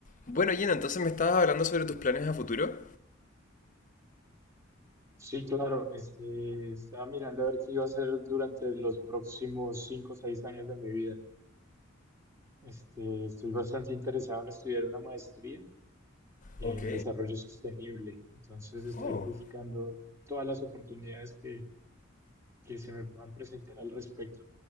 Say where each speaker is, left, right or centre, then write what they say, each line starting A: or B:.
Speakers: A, on the left; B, on the right.
A: Bueno, Gina, entonces me estabas hablando sobre tus planes a futuro.
B: Sí, claro, este, estaba mirando a ver qué iba a hacer durante los próximos cinco o seis años de mi vida. Este, estoy bastante interesado en estudiar una maestría en
A: Ok.
B: desarrollo sostenible, entonces estoy
A: Oh,
B: buscando todas las oportunidades que, que se me puedan presentar al respecto.